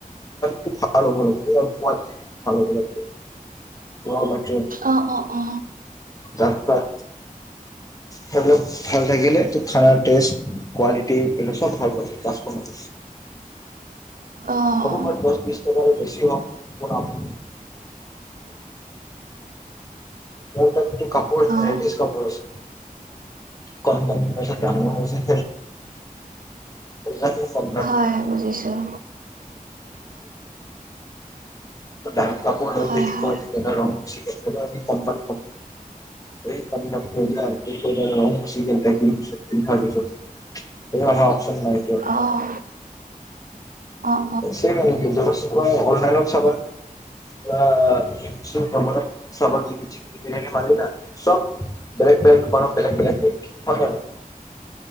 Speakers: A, on the left (about 25°); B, on the right (about 70°).
A: টো ভাল হ'ব লাগে ভাল হব লাগে ৱাও মাৰি
B: অ অ অ
A: যাত তাক সেবিলাক ভাল থাকিলে ভাৰাৰ ট্ৰে কোৱালিট এইবিলাগ চব ভাল পাব তাচ কমাৰ্চ
B: অ',
A: অহো কৰ দহ বিশছ টকাৰ বেছি হওক আপু <unintelligible> কাপোৰ
B: অ',
A: লেডিছ কাপোৰ আছে। কণমানি হৈছে ডাঙৰ হৈছে <unintelligible> <inaudible>
B: হয় বুজিছোঁ।
A: ডাৰত কাপোৰ অনিবি
B: হয় হয়
A: বোলি কৈ কিন্তু ৰগ বেছিকে সেইটো অমি কম পানী এই কম দামি লৈ যাই সেই পইদাৰৰ ৰং গুচি গলে আমাৰ অপ্শন নাই দিয়ক
B: অঁ অঁ
A: আছে আও গেজবাচ কোৱা অনলাইনত চাবা যোৱা কিছু কমত চাবা জিকি যি কেনেকে মাৰিলা চব বেলেগ বেলেগ দোকানত বেলেগ বেলেগ হয় হয় নাই বাও